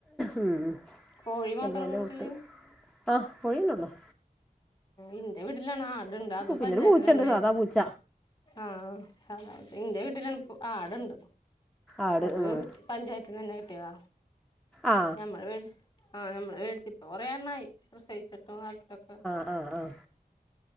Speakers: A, in the centre; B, on the left.
A: ഉം
B: കോഴി മാത്രാണോ
A: വല്യ വല്യ
B: വീട്ടില്
A: മുട്ടിം ആഹ് <unintelligible>
B: ഇന്റെ വീട്ടിലാണ് ആട് ണ്ട് അത്
A: പിന്നൊരു
B: പഞ്ചായത്ത്ന്നെനെ
A: പൂച്ചയുണ്ട് സാധാ പൂച്ച
B: ആഹ് സാധാ <unintelligible> ഇന്റെ വീട്ടില് പ്പോ ആട് ണ്ട്
A: ആട്
B: അത്
A: ഉം
B: പഞ്ചായത്ത്ന്ന്ന്നെ കിട്ട്യതാ
A: ആ
B: ഞമ്മള് ആ നമ്മള് വേടിച്ച് പ്പൊ കൊറേ എണ്ണായി പ്രസയിച്ചിട്ടും <unintelligible> ട്ടും.
A: ആഹ് ആഹ്